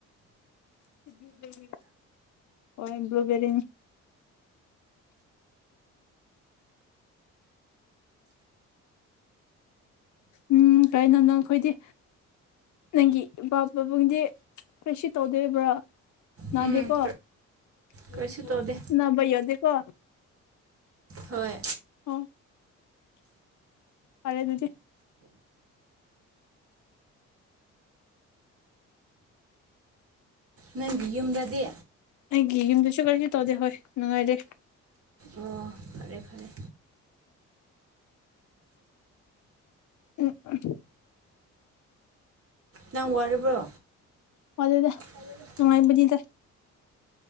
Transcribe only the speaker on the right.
ꯎꯝ
ꯀꯔꯤꯁꯨ
ꯇꯧꯗꯦ
ꯍꯣꯏ
ꯅꯪꯒꯤ ꯌꯨꯝꯗꯗꯤ
ꯑꯣ ꯐꯔꯦ ꯐꯔꯦ
ꯅꯪ ꯋꯥꯔꯕ꯭ꯔꯣ
<unintelligible>